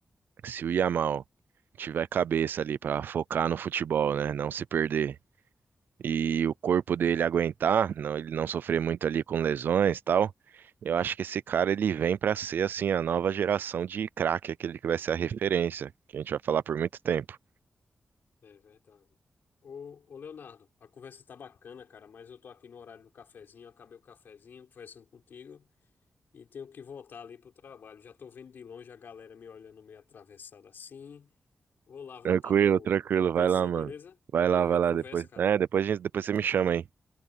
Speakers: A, on the right (about 75°); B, on the left (about 80°).
A: se o Yamal tiver cabeça ali pra focar no futebol, né, não se perder e o corpo dele aguentar, não, ele não sofrer muito ali com lesões e tal, eu acho que esse cara ele vem pra ser assim a nova geração de craque, aquele que vai ser a referência, que a gente vai falar por muito tempo.
B: É verdade. Ô, ô Leonardo, a conversa tá bacana, cara, mas eu tô aqui no horário do cafezinho, acabei o cafezinho, conversando contigo e tenho que voltar ali pro trabalho. Já tô vendo de longe a galera me olhando meio atravessada assim. Vou lá voltar
A: Tranquilo,
B: pro,
A: tranquilo,
B: pro PC,
A: vai lá, mano.
B: beleza?
A: Vai
B: Depois
A: lá,
B: a
A: vai
B: gente
A: lá
B: conversa,
A: depois.
B: cara.
A: É, depois a gente, depois você me chama aí.